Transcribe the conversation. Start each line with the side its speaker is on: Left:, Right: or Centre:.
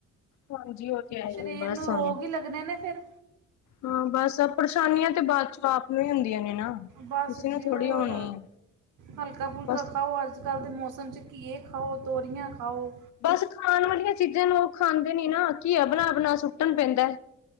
Left: ਹਾਂਜੀ। ਤੇ ਹੈ ਹੀ
Right: ਸਰੀਰ
Left: ਬਸ
Right: ਨੂੰ
Left: ਹੁਣ।
Right: ਰੋਗ ਈ ਲੱਗਨੇ ਨੇ ਫੇਰ
Left: ਹਾਂ। ਬਸ ਪਰੇਸ਼ਾਨੀਆਂ ਤੇ ਬਾਚੋ ਆਪ ਨੂੰ ਈ ਹੁੰਦੀਆਂ ਨੇ ਨਾ।
Right: ਬਸ
Left: ਕਿਸੇ ਨੂੰ
Right: ਜੀ
Left: ਥੋੜ੍ਹੀ
Right: ਹੋਰ,
Left: ਹੋਣੀ ਹੈ
Right: ਹਲਕਾ ਫੁਲਕਾ
Left: ਬਸ।
Right: ਖਾਓ ਆਜ ਅੱਜ-ਕੱਲ ਦੇ ਮੋਸਮ ਚ ਘੀਏ ਖਾਓ, ਤੋਰੀਆਂ ਖਾਓ।
Left: ਬਸ ਖਾਨ ਵਾਲੀਆਂ ਚੀਜ਼ਾਂ ਲੋਕ ਖਾਂਦੇ ਨੀ ਨਾ, ਘੀਆ ਬਨਾ- ਬਨਾ ਸੁਟਨਾ ਪੈਂਦਾ।